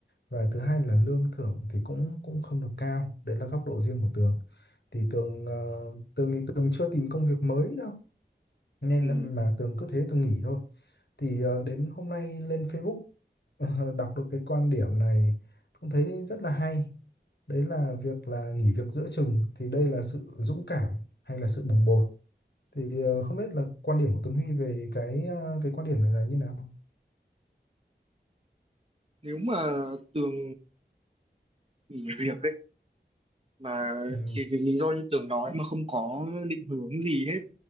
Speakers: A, on the left; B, on the right.
A: và thứ hai là lương thưởng thì cũng cũng không được cao. Đấy là góc độ riêng của Tường. Thì Tường ờ, Tường thì Tường chưa tìm công việc mới đâu nên
B: ừ.
A: là mà Tường cứ thế Tường nghỉ thôi thì ờ, đến hôm nay lên Facebook ờ, <laughs> đọc được cái quan điểm này cũng thấy rất là hay đấy là việc là nghỉ việc giữa chừng thì đây là sự dũng cảm hay là sự bồng bột thì ờ, không biết là quan điểm của Tuấn Huy về cái ờ, cái quan điểm này là như nào
B: nếu mà Tường nghỉ việc ấy mà
A: ừ
B: chỉ vì lý do như Tường nói mà không có định hướng gì hết